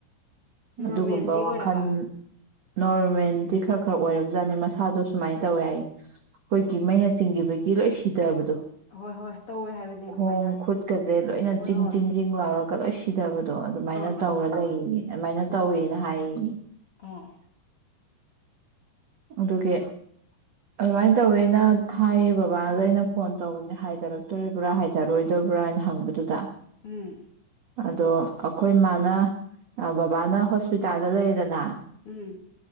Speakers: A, on the left (about 50°); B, on the right (about 80°).
A: ꯅꯣꯔꯃꯦꯜꯗꯤ
B: ꯑꯗꯨꯒꯨꯝꯕ ꯋꯥꯈꯜ
A: ꯑꯣꯏꯔꯕ
B: ꯅꯣꯔꯃꯦꯜꯗꯤ ꯈꯔ ꯈꯔ ꯑꯣꯏꯔꯕ ꯖꯥꯠꯅꯦ ꯃꯁꯥꯗꯣ ꯁꯨꯃꯥꯏꯅ ꯇꯧꯋꯦ ꯍꯥꯏ ꯑꯩꯈꯣꯏꯒꯤ ꯃꯩꯅ ꯆꯤꯡꯈꯤꯕꯒꯤ ꯂꯣꯏ ꯁꯤꯗꯕꯗꯣ
A: ꯍꯣꯏ ꯍꯣꯏ ꯇꯧꯋꯦ ꯍꯥꯏꯕꯅꯦ ꯑꯗꯨꯃꯥꯏꯅ
B: ꯈꯣꯡ ꯈꯨꯠꯀꯁꯦ ꯂꯣꯏꯅ
A: ꯍꯣꯏ
B: ꯖꯤꯡ
A: ꯍꯣꯏ
B: ꯖꯤꯡ ꯖꯤꯡ ꯂꯥꯎꯔꯒ ꯀ ꯁꯤꯗꯥꯕ ꯑꯗꯣ ꯑꯗꯨꯃꯥꯏꯅ
A: ꯑꯥ ꯑꯥ
B: ꯇꯧꯔ ꯂꯩꯌꯦꯒꯦ ꯑꯗꯨꯃꯥꯏꯅ
A: ꯍꯣꯏ
B: ꯇꯧꯋꯦꯅ ꯍꯥꯏꯌꯦ
A: ꯑꯥ
B: ꯑꯗꯨꯒꯤ ꯑꯗꯨꯃꯥꯏꯅ ꯇꯧꯋꯦꯅ ꯍꯥꯏꯌꯦ ꯕꯕꯥꯗ ꯑꯩꯅ ꯐꯣꯟ ꯇꯧꯕꯅꯦ ꯍꯥꯏꯊꯔꯛꯇꯣꯔꯤꯕ꯭ꯔꯥ ꯍꯥꯏꯊꯔꯣꯏꯗꯕ꯭ꯔꯥ ꯍꯥꯏꯅ ꯍꯪꯕꯗꯨꯗ
A: ꯎꯝ
B: ꯑꯗꯣ ꯑꯩꯈꯣꯏ ꯏꯃꯥꯅ ꯕꯕꯥꯅ ꯍꯣꯁꯄꯤꯇꯥꯜꯗ ꯂꯩꯔꯦꯗꯅ
A: ꯎꯝ